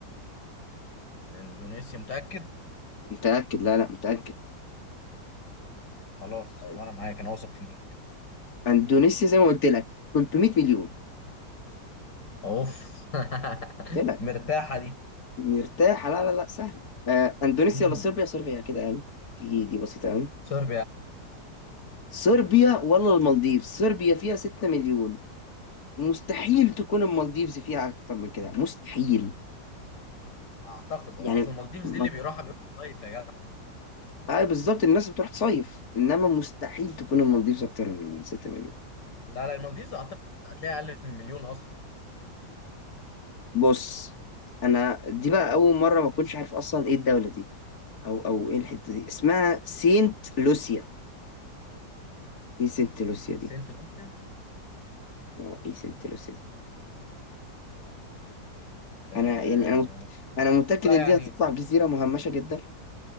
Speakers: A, on the left (about 85°); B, on the left (about 55°).
A: اندونيسيا متاكد
B: متاكد لا لا متاكد
A: خلاص
B: طيب
A: وانا معاك انا واثق فيك
B: اندونيسيا زي ما قلت لك 300 مليون
A: اوف <laughs>
B: قلت لك
A: مرتاحه دي
B: مرتاحه لا لا لا سهله آه اندونيسيا
A: مم.
B: ولا صربيا صربيا كده يعني دي دي بسيطه قوي
A: صربيا
B: صربيا ولا المالديفز صربيا فيها 6 مليون مستحيل تكون المالديفز فيها اكتر من كده مستحيل
A: اعتقد اه
B: يعني
A: اصل المالديفز
B: ما...
A: دي اللي بيروحها بيروح صيف يا جدع
B: آه بالظبط الناس بتروح تصيف انما مستحيل تكون المالديفز اكتر من 6 مليون
A: لا لا المالديفز اعتقد هتلاقي اقل من مليون اصلا
B: فبص انا دي بقى اول مره ما اكونش عارف اصلا ايه الدوله دي او او ايه الحته دي اسمها سينت لوسيا ايه سينت لوسيا دي
A: سنت لوسيا
B: آه، ايه سينت لوسيا دي
A: آه
B: انا يعني انا انا متاكد
A: لا
B: ان
A: يعني
B: دي هتطلع جزيره مهمشه جدا